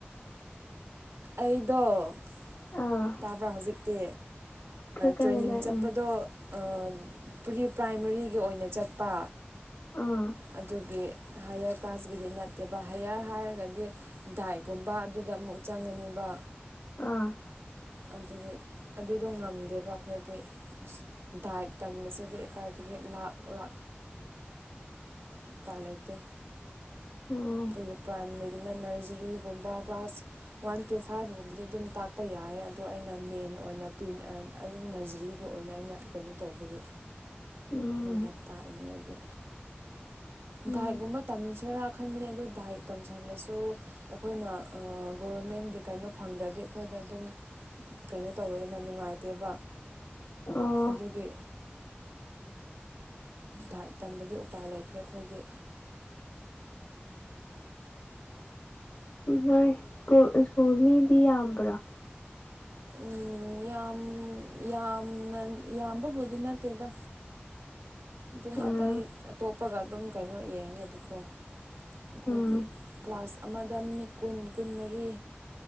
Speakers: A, on the right; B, on the left.
A: ꯑꯩꯗꯣ <inaudible>
B: ꯑꯥ
A: ꯇꯥꯕ꯭ꯔꯥ ꯍꯧꯖꯤꯛꯇꯤ
B: ꯈꯔ ꯀꯟꯅ
A: ꯇ꯭ꯔꯦꯅꯤꯡ
B: ꯇꯥꯏ
A: ꯆꯠꯄꯗꯣ
B: ꯎꯝ
A: ꯑ ꯄ꯭ꯔꯤ ꯄ꯭ꯔꯥꯏꯃꯔꯤꯒꯤ ꯑꯣꯏꯅ ꯆꯠꯄ
B: ꯑꯥ
A: ꯑꯗꯨꯒꯤ ꯍꯥꯏꯌꯔ ꯀ꯭ꯂꯥꯁꯀꯤꯗꯤ ꯅꯠꯇꯦꯕ ꯍꯥꯏꯌꯔ ꯍꯥꯏꯔꯒꯗꯤ ꯗꯥꯏꯛꯀꯨꯝꯕ ꯑꯗꯨꯗ ꯑꯃꯨꯛ ꯆꯪꯉꯅꯤꯕ
B: ꯑꯥ
A: ꯑꯗꯨꯒꯤ ꯑꯗꯨꯗꯣ ꯉꯝꯗꯦꯕ ꯑꯩꯈꯣꯏꯗꯤ ꯑꯁ ꯗꯥꯏꯛ ꯇꯝꯕꯁꯤꯗꯤ ꯀꯥꯏꯗꯒꯤ ꯂꯥꯛ ꯂꯥꯛ ꯎꯄꯥꯏ ꯂꯩꯇꯦ
B: ꯎꯝ
A: ꯄ꯭ꯔꯤ ꯄ꯭ꯔꯥꯏꯃꯔꯤ ꯅ ꯅꯔꯖꯔꯤꯒꯨꯝꯕ ꯀ꯭ꯂꯥꯁ ꯋꯥꯟ ꯇꯨ ꯐꯥꯏꯚꯒꯨꯝꯕꯗꯤ ꯑꯗꯨꯝ ꯇꯥꯛꯄ ꯌꯥꯏꯌꯦ ꯑꯗꯣ ꯑꯩꯅ ꯃꯦꯟ ꯑꯣꯏꯅ ꯄꯤ ꯑꯗꯨ ꯅꯔꯖꯔꯤꯒꯤ ꯑꯣꯏꯅ ꯑꯩꯅ ꯀꯩꯅꯣ ꯇꯧꯕꯒꯤ
B: ꯎꯝ
A: ꯃꯣꯏꯅ ꯇꯥꯛꯏꯅꯦ ꯑꯩꯗꯤ
B: ꯎꯝ
A: ꯗꯥꯏꯛ ꯒꯨꯝꯕ ꯇꯝꯁꯤꯔꯥ ꯈꯟꯕꯅꯦ ꯑꯗꯨ ꯗꯥꯢꯛ ꯇꯝꯁꯟꯂꯁꯨ ꯑꯩꯈꯣꯏꯅ ꯑꯩ ꯒꯣꯚꯔꯃꯦꯟꯒꯤ ꯀꯩꯅꯣ ꯐꯪꯗ꯭ꯔꯗꯤ ꯑꯩꯈꯣꯏꯗ ꯑꯗꯨꯝ ꯀꯩꯅꯣ ꯇꯧꯋꯦꯗꯅ ꯅꯨꯡꯉꯥꯏꯇꯦꯕ
B: ꯑꯣ
A: ꯑꯗꯨꯒꯤ ꯗꯥꯢꯛ ꯇꯝꯕꯗꯤ ꯎꯄꯥꯏ ꯂꯩꯇ꯭ꯔꯦ ꯑꯩꯈꯣꯏꯗꯤ
B: ꯎꯝ ꯍꯣꯏ ꯁ꯭ꯀꯨꯜ ꯁ꯭ꯀꯨꯜ ꯃꯤꯗꯤ ꯌꯥꯝꯕ꯭ꯔꯥ
A: ꯎꯝ ꯌꯥꯝ ꯌꯥꯝꯅ ꯌꯥꯝꯕꯕꯨꯗꯤ ꯅꯠꯇꯦꯗ ꯑꯗꯨꯝ
B: ꯎꯝ
A: ꯑꯇꯩ ꯑꯇꯣꯞꯄꯒ ꯑꯗꯨꯝ ꯀꯩꯅꯣ ꯌꯦꯡꯉꯒꯗꯤꯀꯣ ꯑꯩꯈꯣꯏꯒꯤ
B: ꯎꯝ
A: ꯀ꯭ꯂꯥꯁ ꯑꯃꯗ ꯃꯤ ꯀꯨꯟ ꯀꯨꯟꯃꯔꯤ